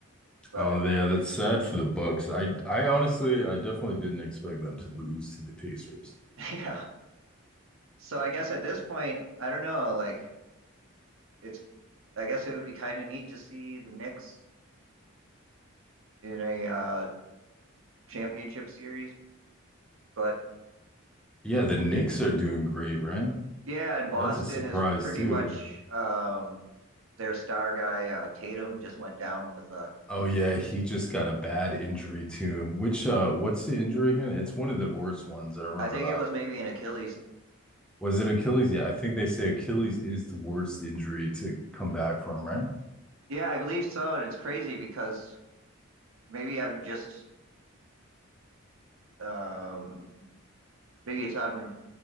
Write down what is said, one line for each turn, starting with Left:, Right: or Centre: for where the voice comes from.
Right: But
Centre: Oh yeah, that's sad for the Bucks. I I honestly I definitely didn't expect them to lose to the Pacers.
Right: <laughs> yeah, so I guess at this point, I don't know. Like it's, I guess it would be kind of neat to see the Knicks in a uh, championship series. But
Centre: Yeah, the Knicks are doing great, right?
Right: yeah, and Boston
Centre: That's a surprise
Right: is pretty
Centre: too.
Right: much um, their star guy uh, Tatum just went down with a.
Centre: Oh yeah, he just got a bad injury too. Which uh what's the injury again? It's one of the worst ones. I remember
Right: I think
Centre: that.
Right: it was maybe an Achilles.
Centre: Was it Achilles? Yeah, I think they say Achilles is the worst injury to come back from, right?
Right: Yeah, I believe so, and it's crazy because maybe I'm just um, maybe it's on